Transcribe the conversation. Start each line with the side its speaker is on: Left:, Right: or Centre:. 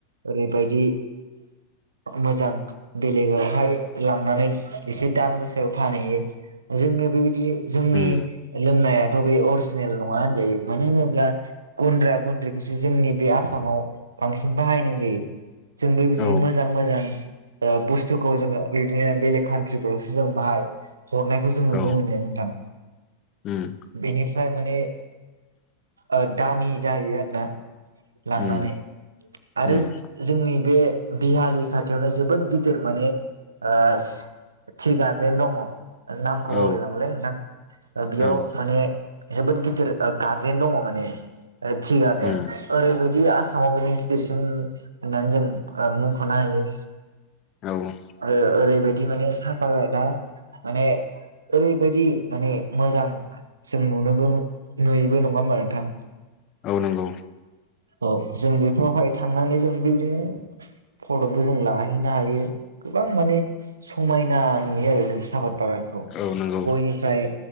Right: ओरैबायदि
Left: <inaudible>
Right: मोजां बेलेगावहाय लांनानै एसे दाम गोसायाव फानहैयो जोंनो बेबायदिनो जोंनि
Left: उम
Right: लोंनायाथ' बे अरिजिनेल नङा होनजायो मानो होनोब्ला गुन्द्रा गुन्द्रिखौसो जोंनि बे आसामाव बांसिन बाहायनाय जायो जोंबो बिदिनो
Left: औ
Right: मोजां मोजां ओ बुस्थुखौ जोङो बिदिनो बेलेग कान्ट्रिफोरावसो जों बाहाय हरनायखौ जों नुनो
Left: औ
Right: मोनो नोंथां
Left: उम
Right: बेनिफ्राय माने ओ दामि जाहैयो आरो ना लांनानै
Left: उम
Right: आरो
Left: उम
Right: जोंनि बे बिहलि खाथियावनो जोबोद गिदिर माने ओ थि गारडेन दङ नामखौ
Left: औ
Right: बावलायलङोनलै नोंथां बेयाव
Left: औ
Right: माने जोबोद गिदिर गार्देन दङ माने टि गार्देन
Left: उम
Right: ओरैबायदि आसामाव बिनि गिदिरसिन होननानै जों मुंख'नो हायो
Left: औ
Right: ओ ओरैबायदि माने साफा गा माने ओरैबायदि माने मोजां जों नुनोबो नुयोबो नङा होनबा नोंथां
Left: औ नंगौ
Right: औ जों बेफोरावहाय थांनानै जों बेबायदिनो फटकबो जों लाहैनो हायो गोबां माने समायना नुयो आरो जों साहापात बागानखौ
Left: औ नंगौ
Right: गयनिफ्राय